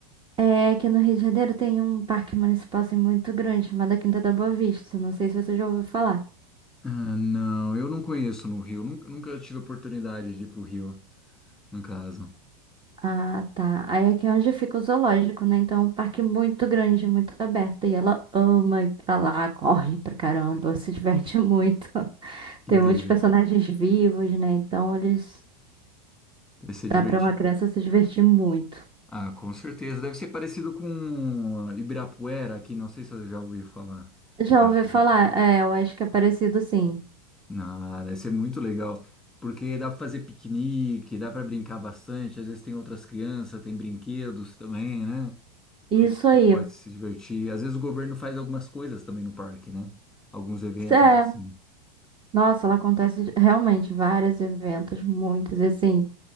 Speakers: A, on the right; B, in the centre.
A: é que no Rio de Janeiro tem um parque municipal assim, muito grande, chamado Quinta da Boa Vista. Não sei se você já ouviu falar.
B: Ah, não, eu não conheço no Rio. Nunca, nunca tive oportunidade de ir pro Rio, no caso.
A: Ah, tá. Aí aqui é onde fica o zoológico, né? Então, é um parque muito grande, muito aberto. E ela ama ir pra lá, corre pra caramba, se diverte muito. <laughs>
B: Que
A: Tem muitos
B: legal.
A: personagens vivos, né? Então, eles.
B: Deve ser divertido.
A: Dá pra uma criança se divertir muito.
B: Ah, com certeza. Deve ser parecido com ah, Ibirapuera aqui, não sei se eu já ouvi falar.
A: Já
B: Ibirapuera.
A: ouvi falar, é, eu acho que é parecido sim.
B: Não, deve ser muito legal, porque dá para fazer piquenique, dá para brincar bastante. Às vezes tem outras crianças, tem brinquedos também, né?
A: Isso
B: Que, que
A: aí.
B: pode se divertir. Às vezes o governo faz algumas coisas também no parque, né? Alguns eventos
A: É,
B: assim.
A: nossa, lá acontece realmente vários eventos, muitos, e assim,